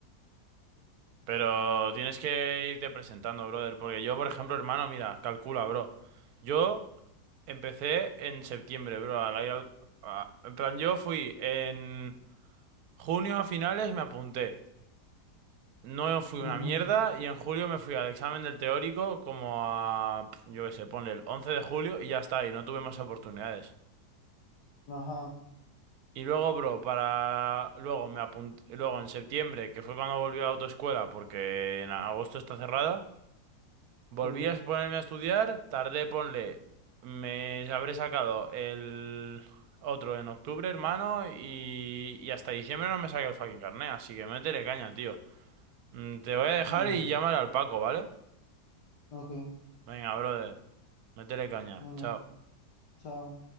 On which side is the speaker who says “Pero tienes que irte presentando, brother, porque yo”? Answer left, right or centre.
Right